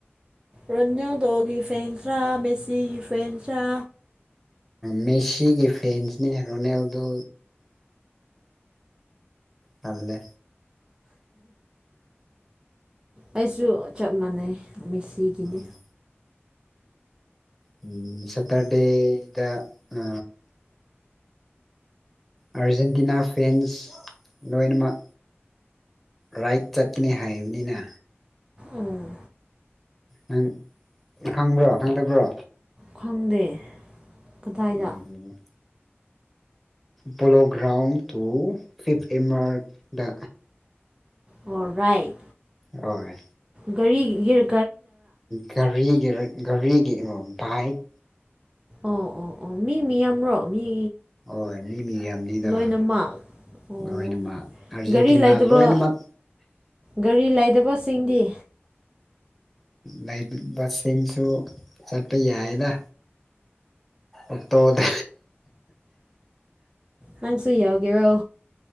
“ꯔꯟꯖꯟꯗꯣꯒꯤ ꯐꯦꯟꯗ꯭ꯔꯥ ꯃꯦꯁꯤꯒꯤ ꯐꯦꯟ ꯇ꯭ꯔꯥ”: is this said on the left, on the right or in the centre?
Right